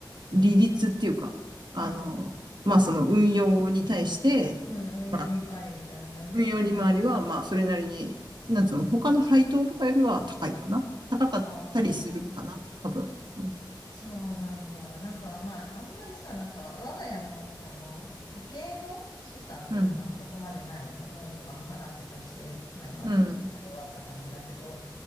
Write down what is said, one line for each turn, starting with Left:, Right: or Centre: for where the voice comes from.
Right: 利率っていうか、あの、
Left: うん、
Right: まあその運用に対して、
Left: うん、運用利回りみたいな感じうん。
Right: まあ運用利回りはまあそれなりに、なんつうの、他の配当とかよりは高いかな。高かったりするかな、
Left: ああ。
Right: 多分。うん、
Left: そうなんだ。なんか、まあ、あんまりさ、なんか、我が家の、あの、家計の資産っていうのは、
Right: うん、
Left: まあ、そこまでないのね。ローンとかも払ってたし、まあ、今ちょっと払い終わった感じだけど、
Right: うん、